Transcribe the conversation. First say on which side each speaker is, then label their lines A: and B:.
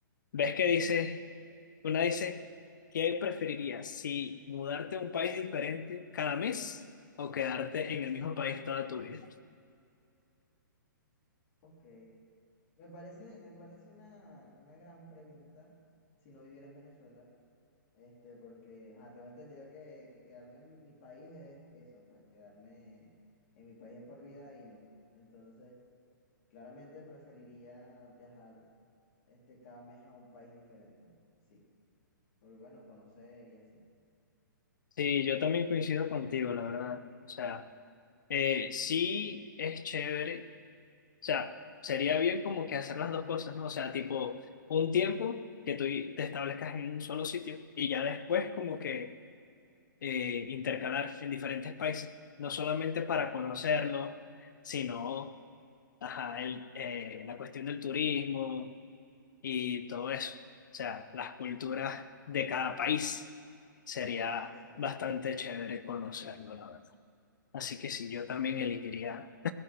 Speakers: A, on the left; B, on the left.
A: ¿ves que dice? Una dice, ¿qué preferirías? Si mudarte a un país diferente cada mes o quedarte en el mismo país toda tu vida.
B: Ok. Me parece, me parece una, una gran pregunta si no viviera en Venezuela, este, porque, ajá, tengo entendido que, que quedarme en mi país es eso, pues quedarme en mi país es por vida y no. Entonces, claramente preferiría viajar este, cada mes a un país diferente. Sí, pero bueno, conocer y así.
A: Sí, yo también coincido contigo, la verdad. O sea, eh, sí es chévere. O sea, sería bien como que hacer las dos cosas, ¿no? O sea, tipo, un tiempo que tú te establezcas en un solo sitio y ya después como que eh, intercalar en diferentes países, no solamente para conocerlos, sino, ajá, el, eh, la cuestión del turismo y todo eso. O sea, las culturas de cada país sería
B: Exacto.
A: bastante chévere conocerlo, la verdad. Así que sí, yo también elegiría,